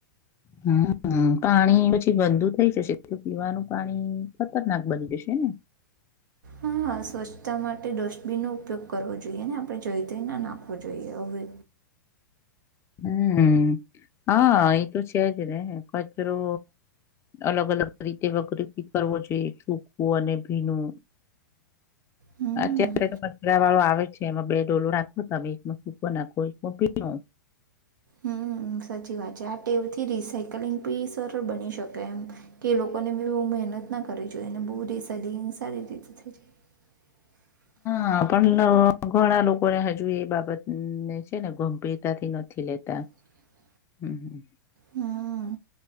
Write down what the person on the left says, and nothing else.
હમ. હ, પાણી પછી ગંદુ થઈ જશે પીવાનું પાણી ખતરનાક બની જશેને.
હમ. હા, એતો છેજને કચરો. અલગ અલગ રીતે વગર કરવો જોઈએ સૂકું અને ભીનું.
અત્યારે તો કચરા વાળો આવે છે. એમાં બે ડોલો રાખો તમે એકમાં સૂકો નાખો એકમાં ભીનો.
હા, પણ ઘણા લોકોને હજુ એ બાબતને છેને ગંભીરતાથી નથી લેતા.
હમ.